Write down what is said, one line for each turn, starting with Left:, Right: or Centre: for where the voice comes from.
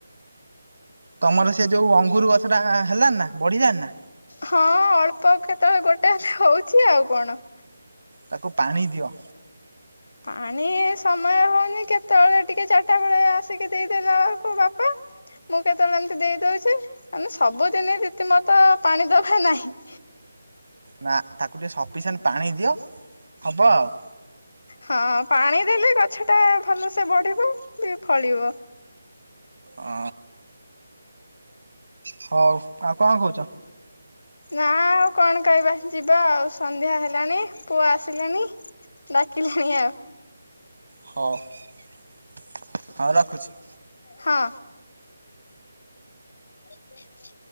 Right: ତମର ସେ ଯୋଉ ଅଙ୍ଗୁରୁ ଗଛ ଟା ହେଲାଣି ନା ବଢିଲାଣି ନା?
Left: ହଁ ଅଳ୍ପ କେତେବେଳେ ଗୋଟେ ହଉଚି ଆଉ କଣ।
Right: ତାକୁ ପାଣି ଦିଅ।
Left: ପାଣି ସମୟ ହଉନି କେତେବେଳେ ଟିକେ ଚାରିଟା ବେଳେ ଆସିକି ଦେଇଦେଲା ବେଳକୁ ବାପା ମୁଁ କେତେବେଳେ ଏମତି ଦେଇ ଦଉଚି ଆ ସବୁଦିନ ରିତିମତ ପାଣି ଦବା ନାହିଁ।
Right: ନା ତାକୁ ଟିକେ ସଫିସେଣ୍ଟ୍ ପାଣି ଦିଅ ହବ ଆଉ।
Left: ହଁ ପାଣି ଦେଲେ ଗଛଟା ଭଲସେ ବଢ଼ିବ ବି ଫଳିବ।
Right: ଓ। ହଉ ଆଉ କଣ କହୁଚ?
Left: ନା ଆଉ କଣ କହିବା ଯିବା ଆଉ ସନ୍ଧ୍ୟା ହେଲାଣି ପୁଅ ଆସିଲାଣିି। ଡାକିଲାଣି ଆଉ।
Right: ହଉ -ହଉ ରଖୁଚି।
Left: ହଁ। ଆ